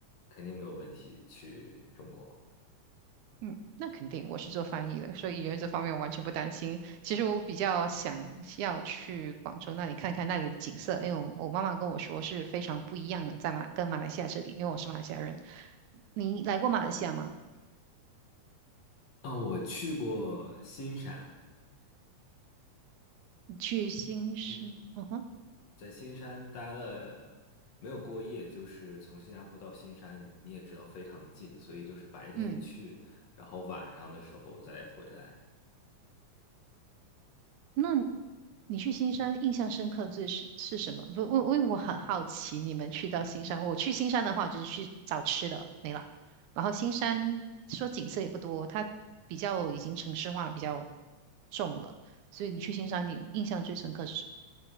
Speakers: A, on the left (about 60°); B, on the right (about 80°).
A: 肯定没有问题去中国。
B: 嗯，那肯定，我是做翻译的，所以语言这方面我完全不担心。其实我比较想要去广州那里看看那里的景色，因为我我妈妈跟我说是非常不一样的，在马跟马来西亚这里，因为我是马来西亚人。你来过马来西亚吗？
A: 啊，我去过新山，
B: 你去新生，
A: 嗯。
B: 嗯哼，
A: 在新山待了没有过夜，就是从新加坡到新山，你也知道非常的近，所以就是白天去，
B: 嗯。
A: 然后晚上的时候再回来。
B: 那你去新山印象深刻最是是什么？不，我我我很好奇，你们去到新山，我去新山的话就是去找吃的，没了。然后新山说景色也不多，它比较已经城市化比较重了，所以你去新山，你印象最深刻是什么？